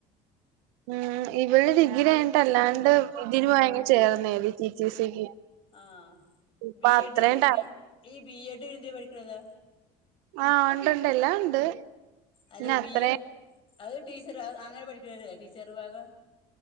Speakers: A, on the right; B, on the left.
A: ഉം ഇവള് ഡിഗ്രി കഴിഞ്ഞിട്ട് അല്ലാണ്ട് ഇതിന്‌ പോയി അങ്ങ് ചേർന്നേ ടി ടി സിക്ക്
B: ആഹ്
A: ഇപ്പൊ
B: ബി
A: അത്രയും
B: എഡ് ഇല്ലേ
A: ടൈ
B: ബി ഈ ബി എഡ് ഹിന്ദി പഠിക്കണതാ
A: ആഹ് ഉണ്ട് ഉണ്ട് എല്ലാം ഉണ്ട്
B: അല്ലെ
A: പിന്നെ
B: ബി
A: അത്രയും
B: എ അത് ടീച്ചർ അങ്ങനെ പഠിക്കണല്ലേ ടീച്ചർ വിഭാഗം